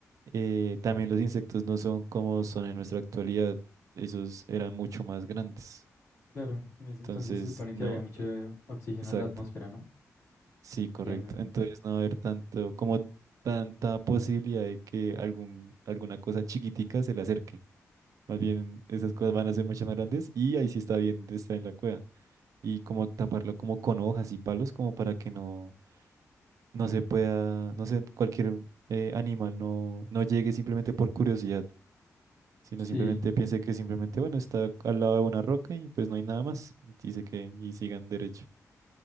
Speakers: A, on the right; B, on the left.
A: eh, también los insectos no son como son en nuestra actualidad. Esos eran mucho más grandes.
B: claro, en ese
A: Entonces,
B: entonces se supone
A: no,
B: que había mucho oxígeno
A: exacto.
B: en la atmósfera, ¿no?
A: Sí, correcto.
B: Entiendo.
A: Entonces no va a haber tanto, como tanta posibilidad de que algún, alguna cosa chiquitica se le acerque. Más bien, esas cosas van a ser mucho más grandes y ahí sí está bien de estar en la cueva. y como taparlo como con hojas y palos como para que no, no se pueda, no sé, cualquier eh, animal no, no llegue simplemente por curiosidad, sino
B: Sí,
A: simplemente piense que simplemente, bueno, está al lado de una roca y pues no hay nada más, dice que y sigan derecho.